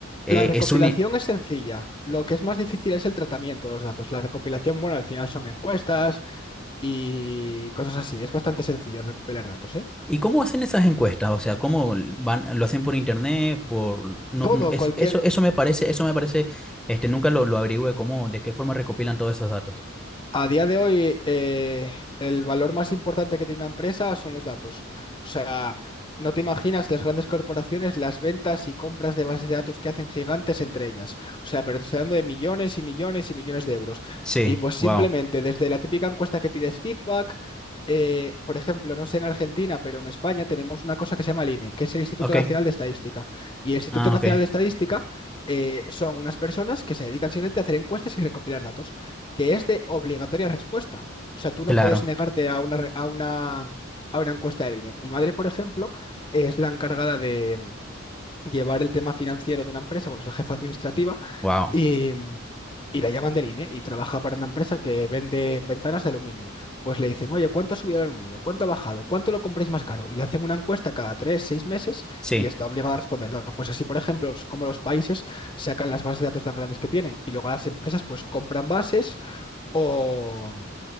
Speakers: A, in the centre; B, on the left.
A: eh,
B: La recopilación
A: es un... i-
B: es sencilla. Lo que es más difícil es el tratamiento de los datos. La recopilación, bueno, al final son encuestas y cosas así. Es bastante sencillo recopilar datos, ¿eh?
A: ¿Y cómo hacen esas encuestas? O sea, ¿cómo van, lo hacen por internet? Por, no,
B: Todo,
A: no, es-
B: cualquier,
A: eso, eso me parece, eso me parece, este, nunca lo, lo averigüé, cómo, de qué forma recopilan todos esos datos.
B: A día de hoy, eh, el valor más importante que tiene una empresa son los datos. O sea, no te imaginas las grandes corporaciones, las ventas y compras de bases de datos que hacen gigantes entre ellas. O sea, pero te estoy hablando de millones y millones y millones de euros.
A: Sí,
B: Y pues simplemente
A: wow.
B: desde la típica encuesta que pides feedback, eh, por ejemplo, no sé en Argentina, pero en España tenemos una cosa que se llama el INE, que es el Instituto
A: Ok.
B: Nacional de Estadística. Y el Instituto
A: Ah,
B: Nacional
A: ok.
B: de Estadística eh, son unas personas que se dedican simplemente a hacer encuestas y recopilar datos que es de obligatoria respuesta. O sea, tú
A: Claro.
B: no puedes negarte a una, re- a una, a una encuesta del INE. Mi madre, por ejemplo, es la encargada de mm, llevar el tema financiero de una empresa, bueno, es la jefa administrativa,
A: Wow.
B: y, mm, y la llaman del INE y trabaja para una empresa que vende ventanas de aluminio. Pues le dicen, oye, ¿cuánto ha subido el aluminio? ¿Cuánto ha bajado? ¿Cuánto lo compráis más caro? Y le hacen una encuesta cada tres, seis meses
A: Sí,
B: y está obligada a responder. ¿no? Pues así, por ejemplo, es como los países sacan las bases de datos tan grandes que tienen y luego las empresas pues compran bases o,